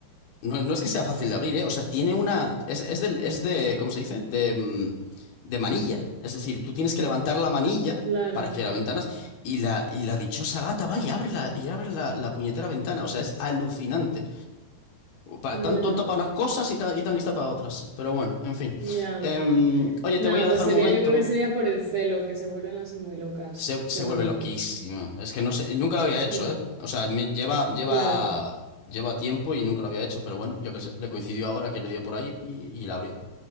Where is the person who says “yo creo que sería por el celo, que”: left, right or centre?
Right